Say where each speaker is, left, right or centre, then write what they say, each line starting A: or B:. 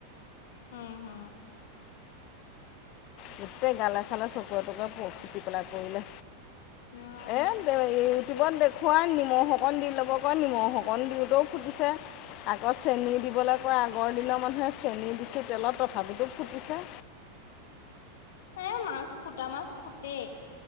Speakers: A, on the left (about 60°); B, on the left (about 45°).
A: হম হম।
B: গোটেই গালে চালে চকুৰে তোকে প ফুটি পেলাই পৰিলে।
A: উম
B: এ দে ইউ টিউবত দেখুৱাই নিমখ অকণ দি ল'ব কয় নিমখ অকণ দিওঁতেও সুধিছে আকৌ চেনী দিওঁ দিবলৈ কয় আগৰ দিনৰ মানুহে চেনি দিছো তেলত তথাপিতো ফুটিছে।
A: হে মাছ ফুটা মাছ ফুটে।